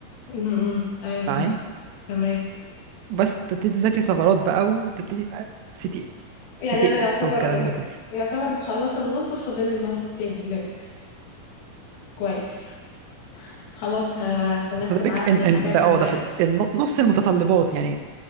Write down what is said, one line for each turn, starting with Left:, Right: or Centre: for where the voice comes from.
Left: م- م. ايوه فاهم
Right: معاه
Left: تمام
Right: بس تبتدي تذاكري ثغرات بقى وتبتدي بقى سي تي سي
Left: يعني
Right: تي
Left: انا يعتبر
Right: اف والكلام ده كله
Left: يعتبر مخلصه النص فاضل لي النص التاني لينكس كويس خلاص هستناك
Right: فذلك
Left: تبعت
Right: ان
Left: لي
Right: ان
Left: حاجات
Right: ده
Left: عن
Right: اه ده
Left: لينكس
Right: في الن- نص المتطلبات يعني